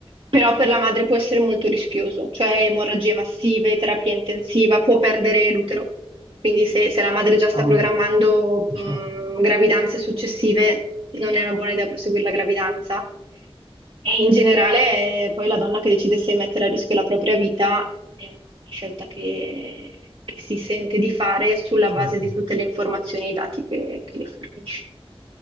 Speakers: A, on the right; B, on the right.
A: Però per la madre può essere molto rischioso, cioè emorragie massive, terapia intensiva, può perdere l'utero. Quindi se, se la madre già sta
B: Cavolo.
A: programmando mh,
B: Certo,
A: gravidanze successive, non è una buona idea proseguire la gravidanza. E in generale, eh, poi la donna che decide se mettere a rischio la propria vita è una scelta che, che si sente di fare sulla
B: certo.
A: base di tutte le informazioni e i dati che, che le fornisce.